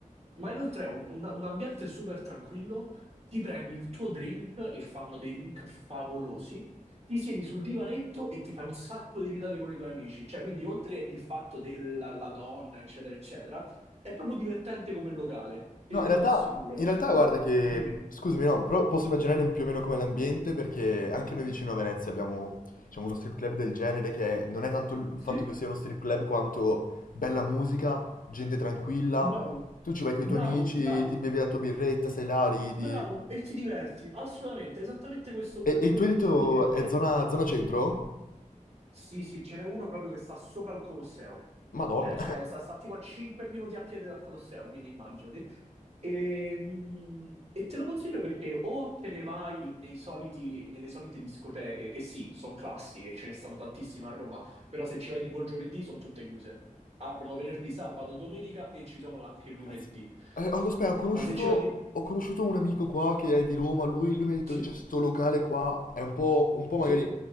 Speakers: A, on the right; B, on the left.
A: Ma inoltre è un, un- un ambiente super tranquillo, ti prendi il tuo drink e fanno dei drink favolosi, ti siedi sul divanetto e ti fai un sacco di risate con i tuoi amici. Cioè, quindi oltre il fatto della la donna, eccetera, eccetera, è proprio divertente come locale, te,
B: No, in
A: te
B: realtà,
A: lo assicuro.
B: in realtà
A: Poi
B: guarda che,
A: dimmi,
B: scusami, no, però posso immaginare un più o meno come l'ambiente perché anche noi vicino a Venezia abbiamo, diciamo, uno strip club del genere che è- non è tanto il
A: sì,
B: fatto che sia uno strip club quanto bella musica, gente tranquilla,
A: bravo.
B: tu ci vai con
A: Bravo,
B: i tuoi amici,
A: bravo.
B: ti bevi la tua birretta, sei là, ridi.
A: Bravo, e ti diverti, assolutamente, esattamente questo, que-
B: E, e
A: quello
B: tu hai
A: che
B: detto
A: ti voglio dire, perché
B: è zona, zona
A: dimmi,
B: centro?
A: dimmi. Sì, sì, ce n'è uno proprio che sta sopra il Colosseo,
B: Madonna.
A: cioè, cioè, sta, sta tipo a 5 minuti a piedi dal Colosseo, quindi immaginati. E, mm, e te lo consiglio perché o te ne vai nei soliti- nelle solite discoteche, che sì, sono classiche, ce ne stanno tantissime a Roma, però se ci vai tipo il giovedì sono tutte chiuse. Aprono venerdì, sabato, domenica e ci sono anche il lunedì.
B: Cazzo. Eh, oh, aspetta, ho conosciuto,
A: Ma se ci vai di...
B: ho conosciuto un amico qua che è di Roma, lui, lui mi ha detto
A: Sì,
B: che c'è sto locale qua, è un po', un po' magari,
A: sì.